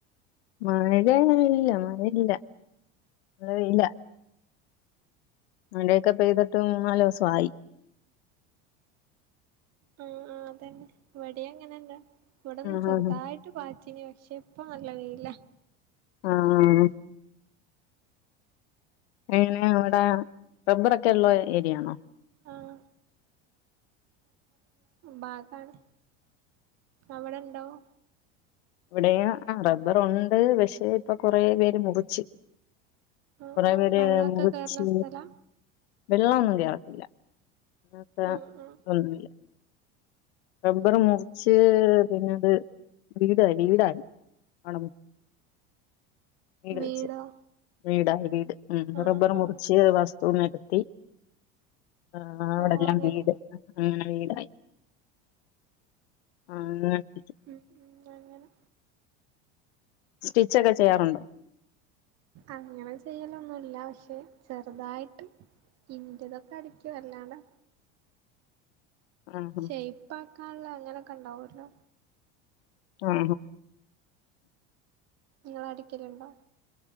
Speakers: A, on the left; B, on the right.
A: മഴ <unintelligible> ഇല്ല മഴല്ല ഇവിടെ വെയിലാ മഴയൊക്കെ പെയ്തിട്ട് മൂന്നാലൂസായി
B: ആ അതെന്നെ ഇവടിം അങ്ങനെന്നെ ഇവിടെ ഒന്ന്
A: ആഹ്
B: ചെറുതായിട്ട്
A: ആഹ്
B: പാറ്റി <unintelligible> ശേഷം ഇപ്പൊ നല്ല വെയിലാ
A: ആ ആ <unintelligible> അവടെ റബ്ബറൊക്കെള്ള ഏരിയയാണോ
B: ആഹ് ബാക്കാണ് അവിടെ ഇണ്ടാവും
A: ഇവിടെ ആ റബ്ബറുണ്ട് പക്ഷേ ഇപ്പൊ കൊറേ പേര് മുറിച്ച്
B: ആഹ്
A: കൊറേ
B: ആഹ്
A: പേര്
B: വെള്ളൊക്കെ
A: മുറിച്ച്
B: കേറ്ണ സ്ഥലാ
A: വെള്ളമൊന്നും കേറത്തില്ല അങ്ങനത്തെ
B: ആഹ് ആഹ്
A: ഇതൊന്നുല്ല റബ്ബർ മുറിച്ച് പിന്നത് വീടായി വീടായി ആ വീട്
B: വീടോ
A: വെച്ച് വീടായി വീട് ഉം
B: ആഹ്
A: റബ്ബർ
B: ആഹ്
A: മുറിച്ച് വസ്തു നെരത്തി ആ അവിടെല്ലാം
B: ഓ അങ്ങനെ
A: വീട് അങ്ങനെ വീടായി <unintelligible>
B: ഉം ഉം അങ്ങനെ
A: സ്റ്റിച്ചൊക്കെ ചെയ്യാറുണ്ടോ
B: അങ്ങനെ ചെയ്യലൊന്നുല്ല പക്ഷെ ചെറുതായിട്ട് ഇന്റതൊക്കെ അടിക്കും അല്ലാണ്ടെ
A: <inaudible> ആഹ്
B: ശെയ്പാക്കാള്ളെ അങ്ങനൊക്കെ ണ്ടാവല്ലോ
A: ആ ആ
B: നിങ്ങള് അടിക്കലുണ്ടോ